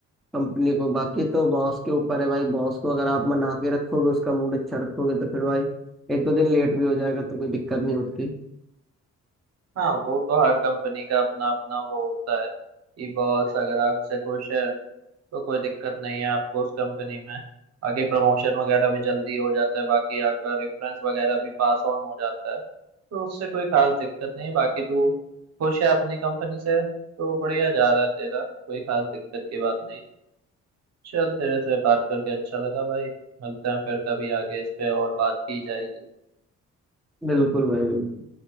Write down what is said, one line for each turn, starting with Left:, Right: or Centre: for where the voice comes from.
Centre: कंपनी को बाकी तो बॉस के ऊपर है भाई बॉस को अगर आप मना के रखोगे उसका मूड अच्छा रखोगे तो फिर भाई एक दो दिन लेट भी हो जाएगा तो कोई दिक्कत नहीं होती
Right: हाँ वो तो हर कंपनी का अपना अपना वो होता है कि बॉस अगर आपसे खुश है तो कोई दिक्कत नहीं है आपको उस कंपनी में बाकी प्रमोशन वगैरह भी जल्दी हो जाता है बाकी आपका रेफरेंस वगैरह भी पास ऑन हो जाता है तो उससे कोई खास दिक्कत नहीं बाकी तू खुश है अपनी कंपनी से तो बढ़िया जा रहा है तेरा कोई खास दिक्कत की बात नहीं चल तेरे से बात करके अच्छा लगा भाई मिलते हैं फिर कभी आगे इस पे और बात की जाएगी
Centre: बिल्कुल भाई बिल्कुल